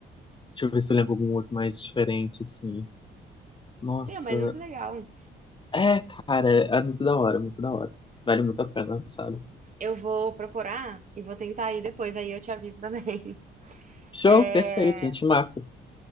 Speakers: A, on the left; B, on the right.
A: deixa eu ver se eu lembro algum outro mais diferente, assim. Nossa,
B: Meu, mas muito legal.
A: ah, é, cara, é muito da hora, muito da hora. Vale muito a pena, sabe?
B: Eu vou procurar e vou tentar ir depois, aí eu te aviso também. <laughs>
A: Show,
B: É...
A: perfeito, a gente marca.